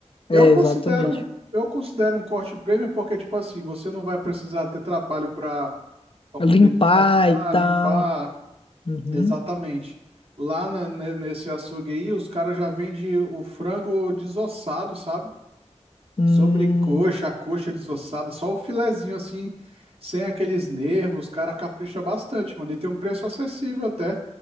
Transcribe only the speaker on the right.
Eu considero,
eu considero um corte premium porque, tipo assim, você não vai precisar ter trabalho para
poder desossar,
limpar,
exatamente. Lá na- ne- nesse açougue aí, os caras já vendem o frango desossado, sabe?
Sobrecoxa, a coxa desossada, só o filezinho assim, sem aqueles nervos, os caras capricha bastante, mano. E tem um preço acessível até.